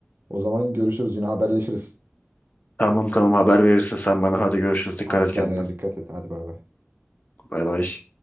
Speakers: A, on the right (about 50°); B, on the left (about 40°).
A: O zaman görüşürüz yine haberleşiriz.
B: Tamam tamam haber verirsin sen bana. Hadi görüşürüz. Dikkat
A: Hadi
B: et
A: kendine
B: kendine.
A: dikkat et. Hadi bay bay.
B: Bay bay.